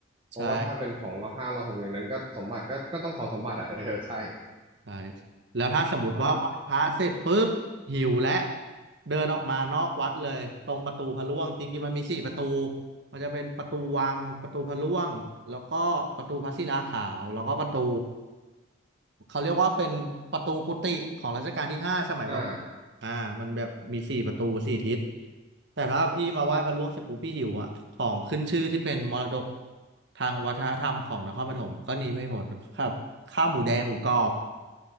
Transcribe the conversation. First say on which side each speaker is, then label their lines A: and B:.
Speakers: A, on the right; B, on the right.
A: ใช่
B: เพราะว่าถ้าเป็นของเราห้าเราหกอย่างนั้นก็สมบัติก็ก็ต้องขอสมบัติอ่ะ <laughs> เออใช่
A: ใช่แล้วถ้าสมมติว่าไหว้พระเสร็จปุ๊บหิวและ
B: อ่า
A: เดินออกมานอกวัดเลยตรงประตูพระร่วงจริงๆมันมีสี่ประตูมันจะเป็นประตูวังประตูพระร่วงแล้วก็ประตูพระศิลาขาวแล้วก็ประตูเขาเรียกว่าเป็นประตูกุฏิของรัชกาลที่ห้าสมัยมาบุกอ่ามันแบบมีสี่ประตูสี่ทิศ
B: อ่า
A: แต่ถ้าพี่มาไหว้พระร่วงเสร็จปุ๊บพี่หิวอ่ะของขึ้นชื่อที่เป็นมรดกทางวัฒนธรรมของนครปฐมก็หนีไม่พ้นครับข้าวหมูแดงหมูกรอบ